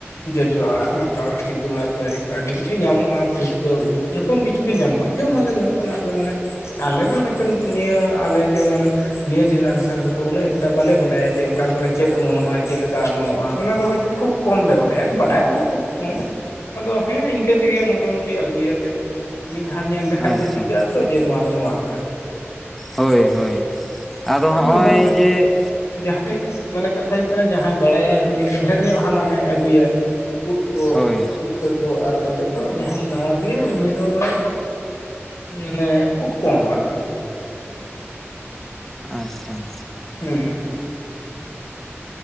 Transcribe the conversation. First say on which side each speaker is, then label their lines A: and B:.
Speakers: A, on the left (about 85°); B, in the centre.
A: ᱡᱚᱡᱚ ᱟᱲᱟᱜ ᱢᱟᱴᱷᱟ ᱟᱲᱟᱜ ᱠᱤᱫᱩ ᱟᱲᱟᱜ ᱡᱟᱭᱦᱠ ᱟᱹᱰᱤ ᱠᱤᱪᱷᱩ ᱧᱟᱢᱚᱜᱼᱟ ᱯᱷᱩᱴᱠᱟᱹ ᱩᱫ ᱡᱚᱛᱚᱱ ᱠᱤᱪᱷᱩ ᱜᱮ ᱧᱟᱢᱚᱜᱼᱟ ᱡᱚᱢᱟᱞᱮ ᱡᱚᱛᱚᱱᱟᱜ ᱜᱮ ᱢᱟᱱᱮ ᱟᱞᱮ ᱫᱚ ᱦᱚᱭᱛᱳ ᱱᱤᱛ ᱱᱤᱭᱟᱹ ᱟᱞᱮ ᱡᱮᱢᱚᱱ ᱱᱤᱭᱟᱹ ᱡᱮᱱᱟᱨᱮᱥᱚᱱ ᱨᱮᱫᱚ ᱩᱱᱟᱹᱜ ᱮᱠᱴᱟ ᱵᱟᱞᱮ ᱵᱟᱰᱟᱭᱟ ᱡᱮ ᱚᱠᱟ ᱠᱚᱨᱮ ᱪᱮᱫ ᱚᱢᱚᱱᱚᱜᱼᱟ ᱾ ᱪᱮᱫ ᱞᱮᱠᱟ ᱚᱢᱚᱱᱚᱜᱼᱟ ᱚᱱᱟ ᱫᱚ ᱦᱚᱭᱛᱚ ᱠᱷᱩᱵ ᱠᱚᱢ ᱞᱮ ᱵᱟᱲᱟᱭᱟ ᱵᱟᱰᱟᱭ ᱨᱮᱦᱚᱸ ᱞᱮ ᱠᱷᱩᱵ ᱠᱚᱢ ᱟᱫᱚ ᱦᱮᱸ ᱤᱱᱠᱟᱹ ᱛᱮᱜᱮ ᱢᱚᱴᱤ ᱢᱩᱴᱤ ᱟᱹᱜᱩᱭᱟᱞᱮ ᱢᱤᱫ ᱫᱷᱟᱣ ᱧᱮᱞ ᱞᱮᱠᱷᱟᱡ
B: ᱟᱪᱪᱷᱟ
A: ᱫᱚ ᱴᱷᱤᱠᱟᱹᱜ ᱟᱛᱚ ᱡᱮ ᱱᱚᱣᱟ ᱫᱚ ᱱᱚᱣᱟ ᱠᱟᱱᱟ ᱾
B: ᱦᱳᱭ ᱦᱳᱭ ᱟᱫᱚ ᱦᱚᱜᱼᱚᱭ
A: ᱢᱚᱴᱟᱢᱩᱴᱤ
B: ᱡᱮ
A: ᱡᱟᱦᱟᱸᱭ ᱢᱟᱱᱮ ᱠᱟᱛᱷᱟ ᱦᱩᱭᱩᱜ ᱠᱟᱱᱟ ᱡᱟᱦᱟᱸᱭ ᱵᱟᱲᱟᱭᱟᱭ ᱩᱱᱤ ᱫᱚ ᱰᱷᱮᱨ ᱧᱚᱜ ᱦᱟᱞᱟᱝᱟᱭ ᱟᱹᱜᱩᱭᱟᱭ ᱩᱫ ᱠᱚ
B: ᱦᱳᱭ
A: ᱯᱩᱴᱠᱟᱹ ᱠᱚ ᱟᱨ ᱟᱞᱮ ᱫᱚ ᱡᱟᱦᱟᱸᱭ ᱱᱟᱣᱟ ᱜᱮᱭᱟ ᱩᱱᱤ ᱫᱚ ᱢᱟᱱᱮ ᱢᱟᱱᱮ ᱠᱷᱩᱵ ᱠᱚᱢ ᱟᱨᱠᱤ
B: ᱟᱪᱷᱟ ᱾
A: ᱦᱮᱸ ᱦᱮᱸᱸ <inaudible>